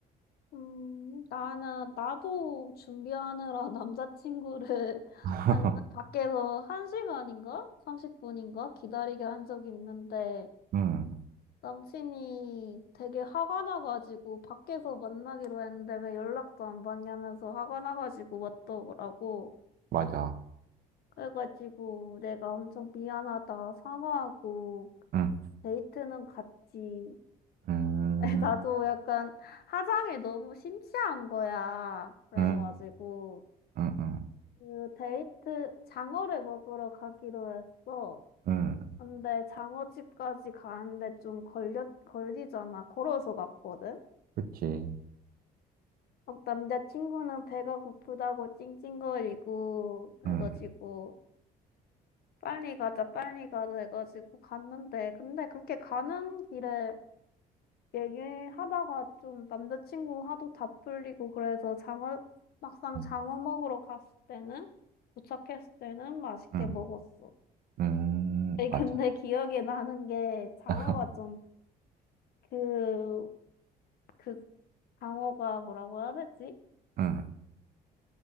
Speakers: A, on the left; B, on the right.
A: 음, 나는, 나도 준비하느라 <laughs> 남자친구를
B: <laughs>
A: 한, 밖에서 한시간인가 30분인가? 기다리게 한 적이 있는데,
B: 음,
A: 남친이 되게 화가 나가지고 밖에서 만나기로 했는데 왜 연락도 안 받냐면서 화가 나가지고 왔더라고.
B: 맞아.
A: 그래가지고 내가 엄청 미안하다 사과하고
B: 음,
A: 데이트는 갔지.
B: 음,
A: <laughs> 나도 약간 화장에 너무 심취한 거야. 그래가지고
B: 음, 음, 음,
A: 그 데이트 장어를 먹으러 가기로 했어.
B: 음,
A: 근데 장어집까지 가는데 좀 걸려, 걸리잖아. 걸어서 갔거든.
B: 그치.
A: 막 남자친구는 배가 고프다고 찡찡거리고 그래가지고
B: 음,
A: 빨리 가자 빨리 가자 해가지고 갔는데 근데 그렇게 가는 길에 얘기하다가 좀 남자친구 화도 다 풀리고 그래서 장어 막상
B: 음,
A: 장어 먹으러 갔을 때는 도착했을 때는 맛있게
B: 음.
A: 먹었어.
B: 음,
A: 에
B: 맞아.
A: 근데 기억에 나는 게 장어가
B: <laughs>
A: 좀 그 그 장어가 뭐라고 해야 되지?
B: 응,